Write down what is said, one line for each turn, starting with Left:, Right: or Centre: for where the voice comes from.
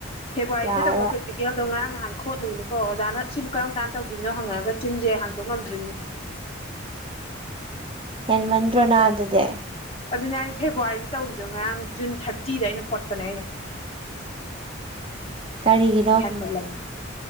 Left: ꯐ‌ꯦꯕꯋꯥꯔꯤꯗꯥ
Right: ꯌꯥꯔꯔꯣꯏ
Left: ꯇꯧꯕꯥ ꯄꯔ‌ꯦꯛ ꯇꯤꯀꯦꯜꯗꯣ ꯉꯔꯥꯡ ꯅꯥꯍꯟ ꯈꯣꯠꯂꯨꯏꯅꯤꯀꯣ ꯑꯣꯖꯥꯅ ꯁꯤꯕꯨ ꯀꯔꯝ ꯀꯥꯟ ꯇꯧꯒꯤꯝꯅꯣ ꯍꯪꯉꯑꯒ ꯆꯤꯟꯖ‌ꯦ ꯍꯥꯡꯇꯣꯛ ꯉꯝꯗꯔꯤꯅꯤ
Right: ꯍꯦꯟꯃꯟꯗ꯭ꯔꯣ ꯅꯥ ꯑꯗꯨꯗꯤ
Left: ꯑꯗꯨꯅꯦ ꯑꯩ ꯐꯦꯕꯋꯥꯔꯤ ꯇꯧꯔꯤꯗꯣ ꯉꯔꯥꯡ ꯖꯨꯟ ꯊꯥꯔꯇꯤꯗ ꯑꯩꯅ ꯈꯣꯠꯄꯅꯦ ꯑꯩꯅ
Right: ꯀꯔꯤꯒꯤ
Left: ꯍꯦꯟꯃꯜꯂꯕꯅ‌ꯦ